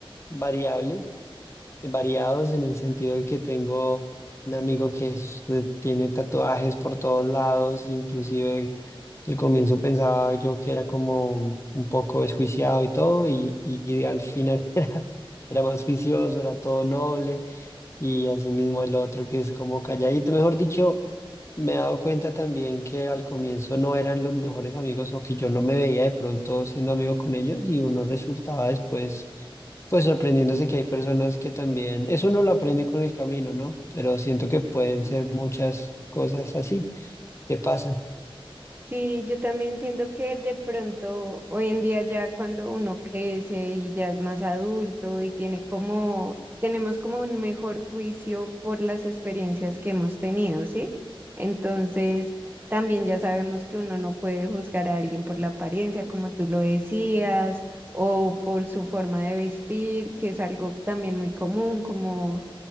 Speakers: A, on the left; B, on the right.
A: variables variados en el sentido de que tengo un amigo que es- eh, tiene tatuajes por todos lados, inclusive al comienzo pensaba yo que era como un poco desjuiciado y todo, y, y al final <laughs> era, era más juicioso, era todo noble, y asimismo el otro que es como calladito, mejor dicho. Me he dado cuenta también que al comienzo no eran los mejores amigos o que yo no me veía de pronto siendo amigo con ellos y uno resultaba después pues sorprendiéndose que hay personas que también, eso uno lo aprende con el camino, ¿no? Pero siento que pueden ser muchas cosas así que pasan.
B: Sí, yo también siento que de pronto hoy en día ya cuando uno crece y ya es más adulto y tiene como, tenemos como un mejor juicio por las experiencias que hemos tenido, ¿sí? Entonces, también ya sabemos que uno no puede juzgar a alguien por la apariencia, como tú lo decías, o por su forma de vestir, que es algo también muy común, como